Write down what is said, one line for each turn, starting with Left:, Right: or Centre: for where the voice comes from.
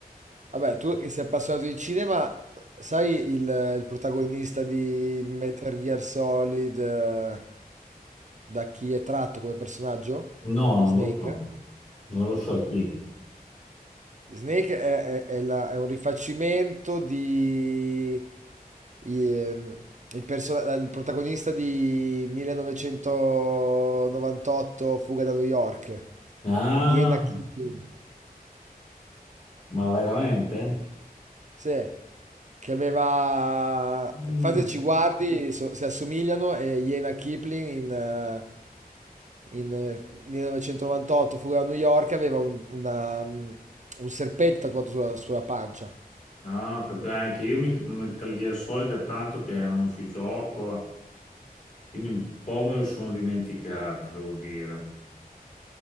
Right: Vabbè, tu che sei appassionato di cinema, sai il, il protagonista di Metal Gear Solid, eh, da chi è tratto come personaggio?
Left: No, non
Right: Snake?
Left: lo so, non lo so chi.
Right: Snake è, è- è la- è un rifacimento di... ehm, il, perso- il protagonista di 1998 Fuga da New York,
Left: Ah,
Right: Iena Kid.
Left: ma veramente?
Right: Sì, che aveva...
Left: Mm.
Right: Infatti se ci guardi, so- si assomigliano e Jena Kipling in, eh, in eh, 1998, Fuga da New York, aveva un, una, mm, un serpente tatuato sulla, sulla pancia,
Left: No, cap- anche io mi Metal Gear Solid è tanto che non ci gioco, quindi un po' me lo sono dimenticato, devo dire.